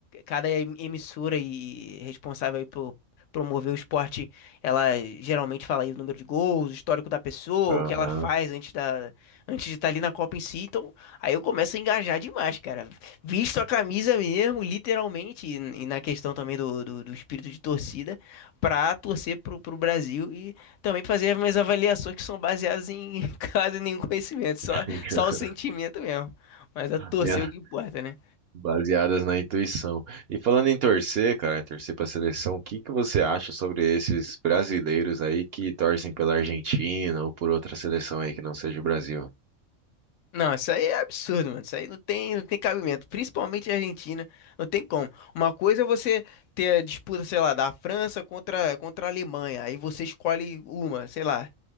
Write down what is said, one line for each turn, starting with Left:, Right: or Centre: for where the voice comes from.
Left: cada em- emissora e responsável aí por promover o esporte, ela geralmente fala aí o número de gols, o histórico da pessoa,
Right: Aham.
Left: o que ela faz antes da antes de estar ali na Copa em si. Então, aí eu começo a engajar demais, cara. Visto a camisa mesmo, literalmente, e, e na questão também do, do, do espírito de torcida, pra torcer pro, pro Brasil e também fazer as minhas avaliações que são baseadas em <laughs> quase nenhum conhecimento, só,
Right: <laughs>
Left: só o sentimento mesmo. Mas a torcer
Right: Ia
Left: é o que importa, né?
Right: baseadas na intuição. E falando em torcer, cara, torcer para a seleção, o que que você acha sobre esses brasileiros aí que torcem pela Argentina ou por outra seleção aí que não seja o Brasil?
Left: Não, isso aí é absurdo, mano. Isso aí não tem, não tem cabimento. Principalmente a Argentina, não tem como. Uma coisa é você ter a disputa, sei lá, da França contra, contra a Alemanha. Aí você escolhe uma, sei lá.